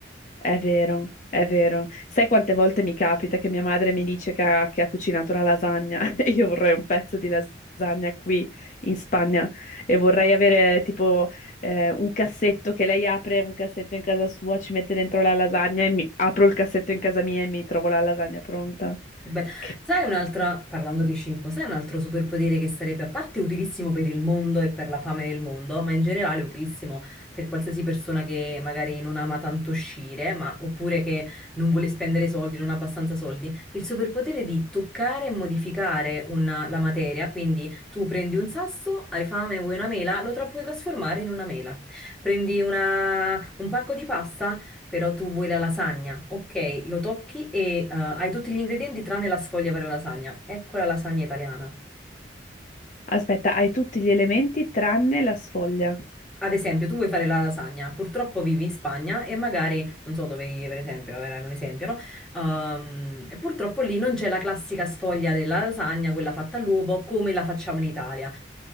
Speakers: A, on the left; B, in the centre.
A: È vero, è vero. Sai quante volte mi capita che mia madre mi dice che ha, che ha cucinato la lasagna <laughs> e io vorrei un pezzo di lasagna qui in Spagna e vorrei avere tipo eh, un cassetto che lei apre un cassetto in casa sua, ci mette dentro la lasagna e mi apro il cassetto in casa mia e mi trovo la lasagna pronta.
B: Che bello.
A: Che...
B: Sai un'altra, parlando di cibo, sai un altro superpotere che sarebbe a parte utilissimo per il mondo e per la fame del mondo, ma in generale utilissimo per qualsiasi persona che magari non ama tanto uscire, ma, oppure che non vuole spendere soldi, non ha abbastanza soldi, il superpotere di toccare e modificare una- la materia, quindi tu prendi un sasso, hai fame, vuoi una mela, lo tra- puoi trasformare in una mela. Prendi una- un pacco di pasta, però tu vuoi la lasagna. Ok, lo tocchi e eh, hai tutti gli ingredienti tranne la sfoglia per la lasagna. Ecco la lasagna italiana.
A: Aspetta, hai tutti gli elementi tranne la sfoglia.
B: Ad esempio, tu vuoi fare la lasagna, purtroppo vivi in Spagna e magari, non so dove vivi per esempio, era un esempio, no? Ehm, e purtroppo lì non c'è la classica sfoglia della lasagna, quella fatta all'uovo, come la facciamo in Italia.